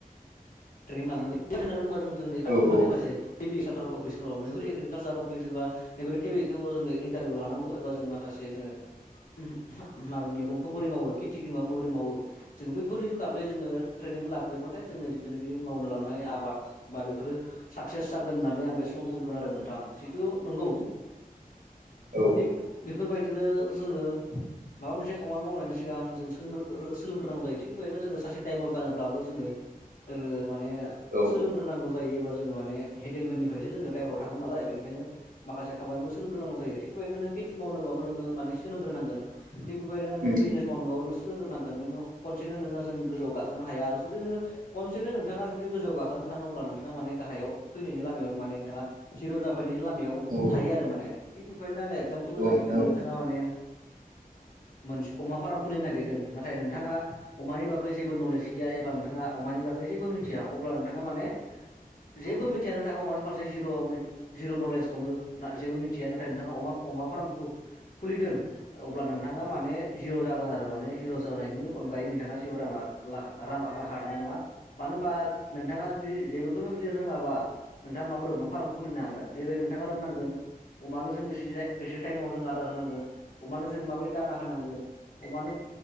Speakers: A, on the left (about 65°); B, on the right (about 65°).
A: ट्रेनिं लानांगौ बे होननानै बुंबा <unintelligible> जोंनि खाथियाव
B: औ
A: थानाय माखसे ऐग्रिरिकालसार <unintelligible> अफिसफोराव मोनैफोर एग्रिकालसार अफिस बबा बेफोर केेबिव जोङो इनथारभिउ लानांगौ एबा जों माखासे जोङो <unintelligible> माब मैगंखौ बोरै मावो खेथिखौ माबा बोरै मावो जोङो बैफोरनि बागै जोङो ट्रेनिं लाग्रोबाथाय जोङो जिथुनाखि मावनो लांनाय आबाद बा बेफोरो साक्सेस जागोन होननानै आं बे समाव बुंगोन आरो नोंथां जिहेतु नंगौ
B: औ
A: थिग बेफोरबायदिनो जोङो
B: <inaudible>
A: माबा मोनसे खामानि मावनायनि सिगां जों सोलोंग्रोनां जायो थिग बेबायदिनो जोङो सासे द्राइभार जानोब्लाबो जोङो जोङो माने
B: औ
A: सोलोंग्रोनांगौ जायो एबा जोङो माने हेडेलमेननिफ्रायस जोङो द्राइभाराव थाङो नालाय बेनिखायनो माखासे खाबानिनोबो सोंलोंगोरनांगौ जायो थिग बेबायदिनो नों खेथि मावनोबाबो नोंङो माने सोलोंग्रोनांगोन! थिग बेबायनो नोङो
B: उम
A: बिजनेस मावनोबाबो नों सोलोंग्रोनांगोन नोंङो खनसेनो नोङो जों गोजौआव गाखोनो हाया जुदि नोङो खन सेनो नोंथाङा जुदि गोजौ गाखोनो सान अब्ला नोंथाङा मान गाहायाव फैनायनि लामायाव माने नोंथाङा जिर' जाफैनायनि लामायाव
B: उम औ
A: थायो आरो माने थिग बेखनो आङो एक्जामपोल होनो
B: औ नोंथां
A: नागिरदों
B: औ नोंथां औ नोंथां औ नोंथां औ नोंथां
A: नोंथाङा माने मोनसे अमा फार्म खुलिनो नागिरदों नाथाय नोंथाङा अमानि बागै जेबो नलेज गैया एबा नोंथा अमानि बागै जेबो मिथिया अब्ला नोंथाङा माने जेबो मि मिथिया नोंथाङा अमानि फारसे जिर' जिर' नलेज दङ जेबो मिथिया नाथाय नोंथाङा अमा अमा फार्मखौ खुलिदों अब्ला नोंथाङा माने जिर' जा मोजां आरो माने हिर' जायनि अनगायै नोंथाङा जेबो <unintelligible> राहा थानाय नङा मानो होनबा नोंथाङा जुदि जेबोखौनो जुदि रोङाबा नोंथाङा माबोरै अमा फाराम खुलिनो हानो जेरै नोंथाङा रोंनांगोन अमानो जों बेसे टाइमाव जों आदार होनांगोन। अमानो जों माबायदि दाना होनानांगोन। अमानो